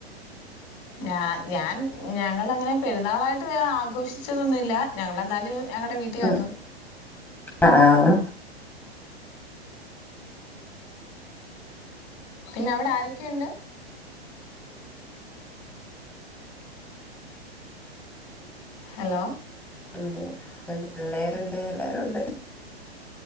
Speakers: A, on the left (about 45°); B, in the centre.
A: ഞാ ഞാൻ ഞങ്ങളങ്ങനെ പെരുന്നാളായിട്ട് ആഘോഷിച്ചതൊന്നുമില്ല, ഞങ്ങളെന്നാലും ഞങ്ങളടെ വീട്ടിൽ
B: ഉം.
A: വന്നു
B: ആ ആ.
A: പിന്നെ അവിടെ ആരൊക്കെയുണ്ട് ഹലോ?
B: ഉണ്ട് രണ്ട് പിള്ളേരുണ്ട് എല്ലാരും ഒണ്ട്